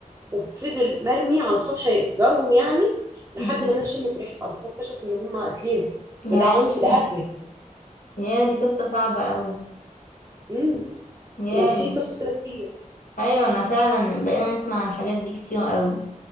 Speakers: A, on the right; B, on the left.
A: وفضل مرمي على سطح جارهم يعني لحد
B: مم.
A: ما الناس شمت ريحته بعد كده اكتشفوا ان هم قاتلينه
B: يعني
A: ده ده عنف ده قتل
B: يا دي قصة صعبة قوي
A: امم
B: يا
A: يعني في قصص كده كتير
B: ايوه انا فعلا بقينا نسمع الحاجات دي كتير قوي